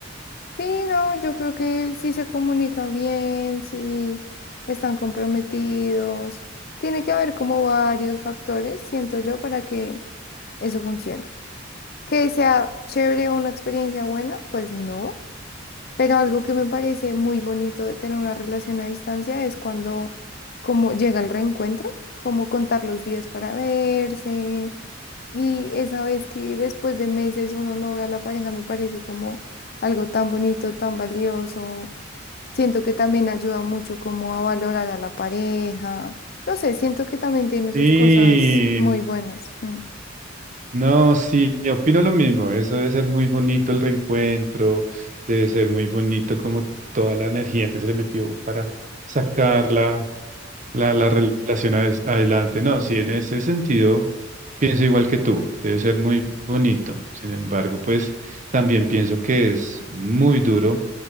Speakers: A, on the left; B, on the right.
A: Sí, no, yo creo que sí se comunica bien, sí están comprometidos. Tiene que haber como varios factores, siento yo, para que eso funcione. Que sea chévere, una experiencia buena, pues no. Pero algo que me parece muy bonito de tener una relación a distancia es cuando como llega el reencuentro, como contar los días para verse. Y esa vez que después de meses uno no ve a la pareja me parece como algo tan bonito, tan valioso. Siento que también ayuda mucho como a valorar a la pareja. No sé, siento que también tiene
B: Sí,
A: sus cosas muy buenas. mm.
B: no, sí, opino lo mismo. Eso debe ser muy bonito el reencuentro, debe ser muy bonito como toda la energía que se le metió para sacarla. la, la relación ades- adelante. No, sí, en ese sentido pienso igual que tú, debe ser muy bonito. Sin embargo, pues también pienso que es muy duro